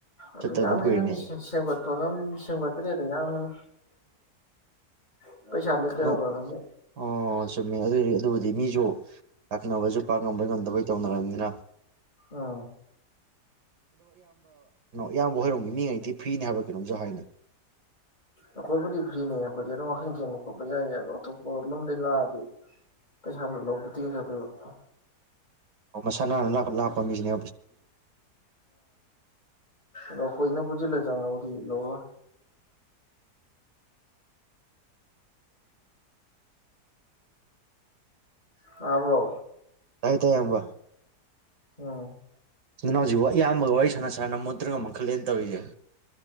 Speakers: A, on the left; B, on the right.
A: ꯑꯗꯨ
B: ꯆꯠꯇꯕ
A: ꯌꯥꯝ
B: ꯀꯨꯏꯔꯦꯅꯦ
A: ꯍꯦꯟꯅꯗꯤ ꯁꯦꯝꯒꯠꯄ ꯁꯦꯝꯒꯠꯇ꯭ꯔꯦꯗ ꯌꯥꯝ ꯍꯦꯟꯅ <unintelligible> ꯂꯩꯇꯕ
B: <unintelligible> ꯑꯣ
A: ꯈꯪꯗꯦ
B: ꯆꯨꯝꯃꯦ ꯑꯗꯨ ꯑꯗꯨꯕꯨ ꯃꯤꯁꯨ <unintelligible> ꯄꯥꯛ ꯉꯝꯕꯣꯏ ꯉꯝꯗꯕꯣꯏ ꯇꯧꯅꯔꯝꯅꯤꯅ
A: ꯎꯝ
B: ꯏꯌꯥꯝꯕ ꯍꯣꯏꯔꯣꯝꯒꯤ ꯃꯤꯉꯩꯗꯤ ꯐ꯭ꯔꯤꯅꯤ ꯍꯥꯏꯕ ꯀꯩꯅꯣꯝꯁꯨ ꯍꯥꯏꯅꯦ
A: ꯑꯈꯣꯏꯕꯨꯗꯤ ꯐ꯭ꯔꯤꯅꯦ ꯑꯈꯣꯏꯗꯤ ꯑꯗꯨꯝ ꯋꯥꯀꯤꯡ ꯆꯦꯟꯕ ꯈꯣꯠꯄ ꯌꯥꯏ ꯑꯗꯣ ꯑꯇꯣꯞꯄ ꯂꯝꯗꯩ ꯂꯥꯛꯑꯗꯤ ꯄꯩꯁꯥ ꯂꯧꯕꯗꯤ <unintelligible>
B: ꯑꯣ ꯃꯁꯥ ꯅꯥꯟꯅ ꯂꯥꯛꯄ ꯂꯥꯛꯄ ꯃꯤꯁꯤꯅꯦ
A: ꯎꯝ ꯑꯈꯣꯏꯅꯕꯨ <unintelligible> ꯆꯡꯉꯕꯨꯗꯤ ꯂꯧꯔꯣꯏ ꯇꯥꯕ꯭ꯔꯣ
B: ꯇꯥꯏ ꯇꯥꯏꯌꯦ ꯏꯌꯥꯝꯕ
A: ꯎꯝ
B: <unintelligible> ꯏꯌꯥꯝꯕꯒ ꯋꯥꯔꯤ ꯁꯥꯟꯅ ꯁꯥꯟꯅꯅ <unintelligible> <unintelligible> ꯇꯧꯔꯤꯁꯦ